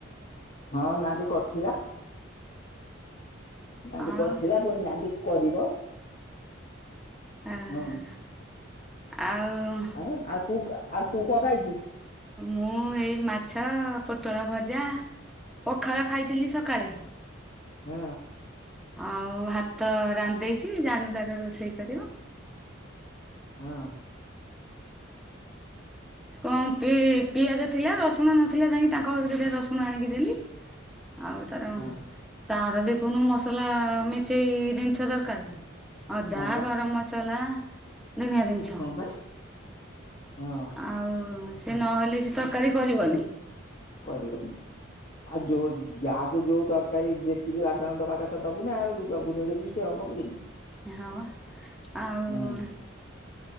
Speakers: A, on the left (about 40°); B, in the centre.
A: ହଁ ନାଣ୍ଡି କରଥିଲା। ନାଣ୍ଡି
B: ଆଉ
A: କରଥିଲା, ପୁଣି ନାଣ୍ଡି କରିବ।
B: ଅହ
A: ହଁ
B: ଆଉ
A: ଉଁ ଆଉ ତୁ ଆଉ ତୁ କଁ ଖାଇଚୁ?
B: ମୁଁ ଏଇ ମାଛ ପୋଟଳ ଭଜା। ପଖାଳ ଖାଇଥିଲି ସକାଳେ।
A: ହୁଁ।
B: ଆଉ ହାତ ରାନ୍ଧଦେଇଚି ଜାନୁ ତାର ରୋଷେଇ କରିବ।
A: ହଁ।
B: କଁ ପି ପିଆଜ ଥିଲା ରସୁଣ ନଥିଲା ଯାଇକି ତାଙ୍କ ଘରୁ ଦିଇଟା ରସୁଣ ଆଣିକି ଦେଲି। ଆଉ ତାର
A: ହଁ
B: ତାର ଦେଖୁନୁ ମସଲା ମେଞ୍ଚେଇ ଜିନିଷ ଦରକାର। ଅଦା
A: ହଁ ବା
B: ଗରମ ମସଲା। ଦୁନିଆ ଜିନିଷ
A: ହଁ ପାଇଁ ହଁ।
B: ଆଉ ସେ ନହେଲେ ସେ ତକାରୀ କରିବନି।
A: କରିବନି ଆ ଯୋଉ ଯାହାକୁ ଯୋଉ ତରକାରୀ ଯେତିକି ବାଟଣ ଦବା କଥା ଦବୁନା ଆଉ ଦବୁନୁ ଯଦି ସିଏ ହବ କେମିତି।
B: ହଁ ବା ଆଉ
A: ହୁଁ